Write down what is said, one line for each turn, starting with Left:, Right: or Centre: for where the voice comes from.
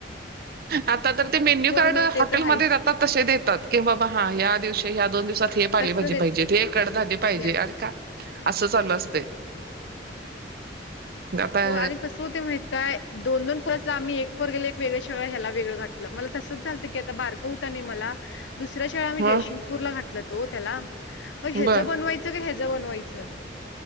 Right: आता तर ते मेन्यू
Left: होय,
Right: कार्ड
Left: होय. ते
Right: हॉटेलमध्ये
Left: तर आहेच.
Right: दे तात तसे देतात, की बाबा हा या दिवशी ह्या दोन दिवसात हे पालेभाजी
Left: तसं देत
Right: पाहिजेत हे कडधान्य पाहिजे,
Left: याद्या.
Right: अर का असं चालू असतंय. आता
Left: हो, आणि कसं होते माहित काय दोन दोन पोरास्नी आम्ही एक पोरगेला गेले एक वेगळं शाळा ह्याला वेगळं घातलं, मला तसंच झालतं की आता बारकं होतं नाही मला दुसऱ्या शाळा आम्ही
Right: ह
Left: जयसिंगपूरला घातलं तो त्याला, मग ह्याचं
Right: बर
Left: बनवायचं का ह्याच बनवायचं?